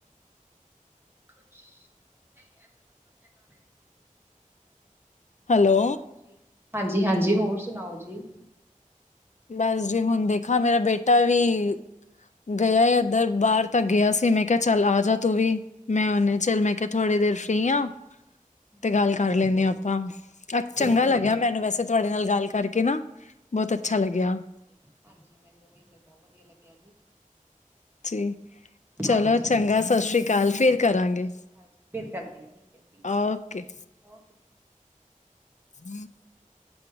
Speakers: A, on the right; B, on the left.
A: ਕੁਛ ਨਹੀ, ਇਹ ਤਾਂ ਨੰਬਰ ਹੈਗਾ ਮੇਰੇ ਕੋਲ
B: ਹੈਲੋ
A: ਹੋਰ ਸੁਣਾਓ ਜੀ, ਹਾਂਜੀ-ਹਾਂਜੀ ਹੋਰ ਸੁਣਾਓ ਜੀ!
B: ਬਸ ਜੀ ਹੁਣ ਦੇਖਾਂ, ਮੇਰਾ ਬੇਟਾ ਵੀ ਗਿਆ ਇੱਧਰ, ਬਾਹਰ ਤੇ ਗਿਆ ਸੀ, ਮੈਂ ਕਿਹਾ ਚੱਲ ਆ ਜਾ ਤੂੰ ਵੀ ਮੈਂ ਉਹਨੇ ਚੱਲ, ਮੈਂ ਕਿਹਾ ਥੋੜੀ ਦੇਰ ਫ੍ਰਰੀ ਹਾਂ। ਤੇ
A: ਹਾਂਜੀ
B: ਗੱਲ ਕਰ
A: ਹਾਂਜੀ
B: ਲੈਂਦੇ ਹਾਂ ਆਪਾਂ, ਚੰਗਾ
A: ਬਿਲਕੁਲ
B: ਲੱਗਿਆ
A: ਜੀ
B: ਮੈਨੂੰ ਵੈਸੇ, ਤੁਹਾਡੇ ਨਾਲ ਗੱਲ ਕਰਕੇ ਨਾ, ਬਹੁਤ, ਅੱਛਾ
A: ਹਾਂਜੀ-
B: ਲੱਗਿਆ
A: ਹਾਂਜੀ -ਹਾਂਜੀ, ਮੈਨੂੰ ਵੀ ਇੱਥੇ ਬਹੁਤ ਵਧੀਆ ਲੱਗਿਆ ਜੀ!
B: ਜੀ ਚਲੋ
A: ਹਾਂਜੀ
B: ਚੰਗਾ,
A: ਚਲੋ
B: ਸਤਿ
A: ਜੀ
B: ਸ੍ਰੀ ਅਕਾਲ ਫਿਰ ਕਰਾਂਗੇ
A: ਸਤਿ ਸ਼੍ਰੀ ਅਕਾਲ ਜੀ ਫਿਰ ਕਰਦੇ ਹਾਂ ਠੀਕ ਹੈ ਜੀ
B: ਓਕੇ
A: ਓਕੇ
B: ਹਮ